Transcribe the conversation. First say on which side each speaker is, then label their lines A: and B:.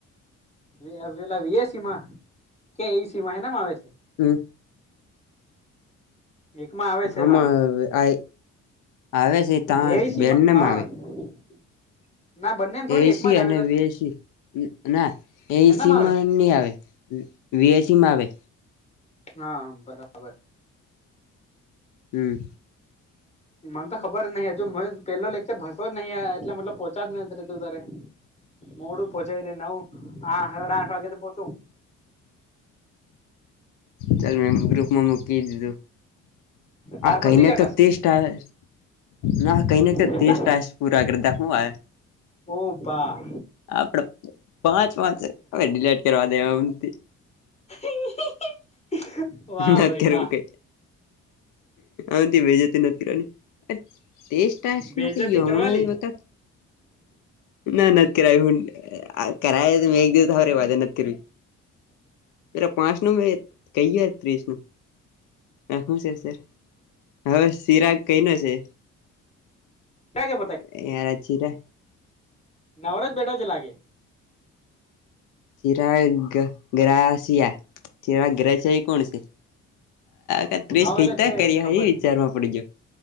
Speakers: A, on the left; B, on the left.
A: વિઆ પેલા વી એ સી મા કે ઈ સી મા, હેનામા આવે છે.
B: હમ્મ
A: એકમાં આવે છે
B: હામાં
A: નાલ,
B: આ આવે છે ત્યાં
A: એ ઈ સી
B: બેનનામાં
A: મા હા
B: આવે
A: <inaudible> થોડી
B: એ ઈ
A: એકમાં
B: સી
A: જ
B: અને
A: આવે તાર
B: વી એ સી, ના એ ઈ
A: એનામાં
B: સી
A: આવે
B: માં નહી આવે. વી એ સી માં આવે.
A: હા બરાબર.
B: હમ્મ
A: મને તો ખબર નહીં, હજુ મેં પેલો લેક્ચર ભરતોજ નહીં, આ એટલે મતલબ, પોહોચા જ નથી હેતુ તારે. મોડું પોહોંચાય દે નવ, આ સાડા આઠ વાગે તો પોહોચુ.
B: ચાલ મેં મેં ગ્રુપમાં મૂકી દીધુ.
A: તાર
B: આ કહીને
A: પતી ગયા
B: તો
A: ટાસ્ક
B: ટેસ્ટ આવે. ના કઈ ના ટેસ્ટ
A: કેટલા
B: આયે, પૂરા કરતા હુ આહે?
A: ઓ બા
B: આપડો પાંચ પાંચ, હવે ડિલેટ કરવા દે હમ્તી
A: <unintelligible>
B: ના અત્યારે
A: વાહ
B: એવુકે, અમતી બેઇજ્જતી નથી કરવાની. અ તેસ્ટ ટાસનુ
A: બેજતી
B: કઈ, હમના
A: કરવાલી
B: ઈ બતા ના નથ કરાયુ આત કરાયા તો મેં એક દિવસ હો રેવાડે નથ કરવી, પેરા પાંચ નું મે કહીયર ત્રીસ નુ હ શું છે સર, હવે સિરાગ કઈ ના છે?
A: ક્યાં કે
B: આયારા ચીરા
A: નવરોજ બેટો છે લાગે.
B: ચીરાગ ગ્રાસિયા, ચીરા ગ્રસિયા એ કોણ છે? તા ટ્વિસ
A: હા ભલે
B: કેતા
A: છે
B: કરયા
A: ખબર
B: હે
A: નઈ
B: વિચારવામા પડી ગયો,